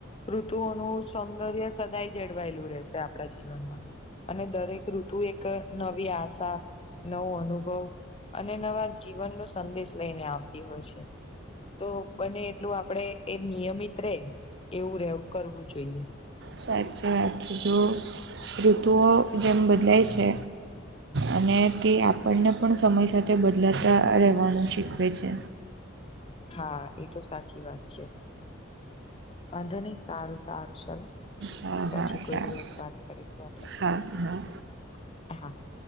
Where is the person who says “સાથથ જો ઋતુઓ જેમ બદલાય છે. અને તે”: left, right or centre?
Right